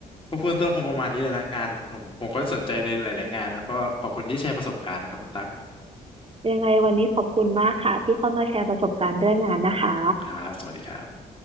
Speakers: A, on the left; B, on the right.
A: ก็เบื้องต้นคงประมาณนี้แหล้วนะงานผมผมก็สนใจในหลายๆงานแล้วก็ขอบคุณที่แชร์ประสบการณ์นะครับคุณตั๊ก
B: ยังไงวันนี้ขอบคุณมากค่ะที่เข้ามาแชร์ประสบการณ์เรื่องงานนะคะ
A: ครับสวัสดีครับ